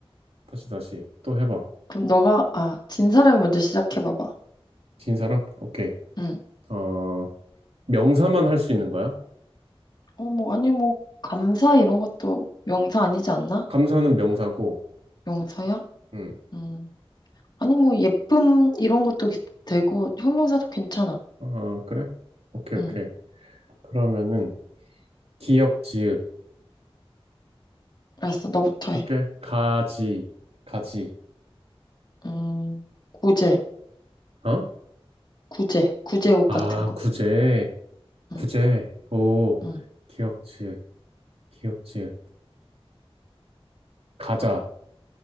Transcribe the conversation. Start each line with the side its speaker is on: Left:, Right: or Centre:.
Right: 다시, 다시. 또 해봐.
Left: 그럼 너가 아, 진 사람이 먼저 시작해 봐봐.
Right: 진 사람? 오케이.
Left: 응.
Right: 어, 명사만 할 수 있는 거야?
Left: 어, 뭐 아니 뭐 감사 이런 것도 명사 아니지 않나?
Right: 감사는 명사고,
Left: 명사야?
Right: 응.
Left: 음. 아니 뭐 예쁨 이런 것도 기- 되고 형용사도 괜찮아.
Right: 어, 그래? 오케이,
Left: 음.
Right: 오케이. 그러면은, 기역, 지읒.
Left: 알았어. 너부터
Right: 할게.
Left: 해.
Right: 가지, 가지.
Left: 음. 구제,
Right: 어?
Left: 구제, 구제옷
Right: 아,
Left: 같은 거.
Right: 구제, 구제.
Left: 음.
Right: 오,
Left: 음.
Right: 기역, 지읒, 기역, 지읒. 가자.